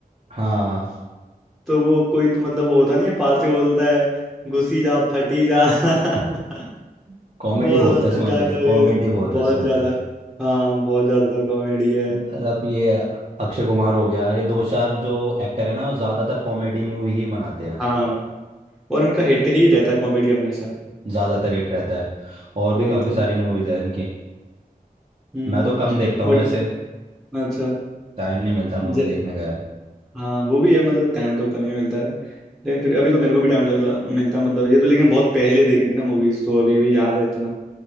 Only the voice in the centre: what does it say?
तो वो कोई तो मतलब वो होता नहीं है पार से बोलता है घुसी जा फटी जा <laughs>
बहुत
मस्त
डायलॉग
है उस-
बहुत
ज्यादा हाँ बहुत ज्यादा कॉमेडी है
हाँ और उनका हिट ही रहता है कॉमेडी हमेशा
वही
तो
हम्म
और
अच्छा
ज-
हाँ वो भी है मतलब टाइम तो कम ही मिलता है लेकिन फिर अभी तो मेरे को भी टाइम लगला मिलता मतलब ये तो लेकिन बहुत पहले देखी थी ना मूवीज तो अभी भी याद है इतना